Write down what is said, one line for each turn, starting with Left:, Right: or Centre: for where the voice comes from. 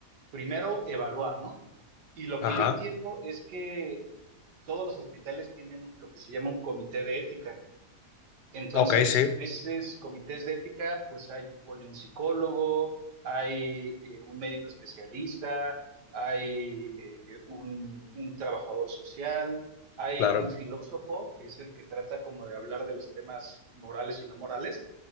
Right: primero evaluar, ¿no? Y lo
Left: Ajá.
Right: que yo entiendo es que todos los hospitales tienen un- lo que se llama un comité de ética. Entonces,
Left: Ok, sí,
Right: en esos comités de ética, pues hay ponle, un psicólogo, hay eh, un médico especialista, hay eh, un, un trabajador social, hay
Left: claro.
Right: un filósofo, que es el que trata como de hablar de los temas morales y no morales,